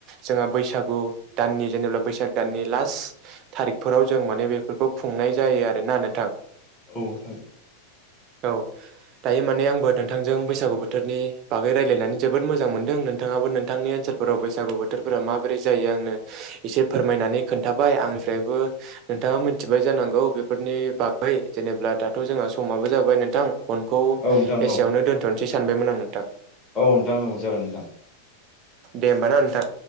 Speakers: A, on the right; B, on the left.
A: जोंहा बैसागु दाननि जेनेबा बै साग दाननि लास्ट थारिखफोराव जों माने बेफोरखौ खुंनाय जायो आरोना नोंथां।
B: औ नोंथां
A: औ दायो माने आंबो नोंथांजों बैसागु बोथोरनि बागै रायलायनानै जोबोद मोजां मोनदों। नोंथांङाबो नोंथांनि ओनसोलफोराव बैसागु बोथोरफोरा माबोरै जायो आंनो इसे फोरमायनानै खोन्थाबाय आंनिफ्रायबो नोंथाङा मिथिबाय जानांगौ बेफोरनि बागै जेनेब्ला दाथ' जोंहा समाबो जाबाय नोंथां फनखौ
B: औ नोंथां औ नोंथां
A: एसेयावनो
B: औ
A: दोन्थ'नोसै सानबायमोन आं नोंथां।
B: औ नोंथां औ जागोन नोंथां।
A: दे होमबा ना नोंथां।